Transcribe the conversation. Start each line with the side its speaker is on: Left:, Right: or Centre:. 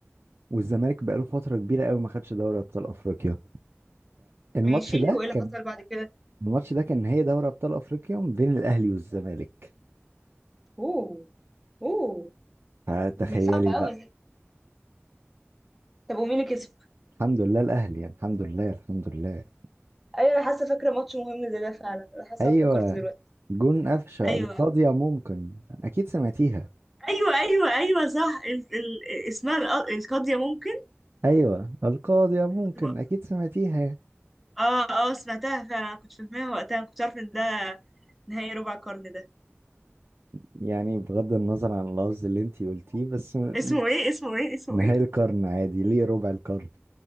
Right: والزمالك بقاله فترة كبيرة قوي ما خدش دوري ابطال افريقيا الماتش
Centre: ماشي
Right: ده
Centre: وايه اللي
Right: كان
Centre: حصل بعد كده
Right: الماتش ده كان نهائي دوري ابطال افريقيا ما بين الاهلي والزمالك
Centre: اوه اوه
Right: فتخيلي
Centre: دي صعبة
Right: بقى
Centre: قوي دي طب ومين اللي كسب
Right: الحمد لله الاهلي يعني الحمد لله الحمد لله
Centre: ايوه انا حاسة فاكرة ماتش مهم زي ده فعلا انا حاسة
Right: ايوه
Centre: افتكرت دلوقتي
Right: جون قفشة
Centre: ايوه
Right: القاضية ممكن أكيد سمعتيها
Centre: ايوه ايوه ايوه صح ال... ال... اسمها الق- القاضية ممكن
Right: أيوة القاضية ممكن
Centre: كنت بق...
Right: أكيد سمعتيها
Centre: اه اه سمعتها فعلا كنت فاهماها وقتها ما كنتش عارفة ان ده نهاية ربع القرن ده
Right: يعني بغض النظر عن اللفظ اللي انتي قلتيه بس م-
Centre: اسمه ايه اسمه ايه اسمه
Right: نهاية
Centre: ايه
Right: القرن عادي ليه ربع القرن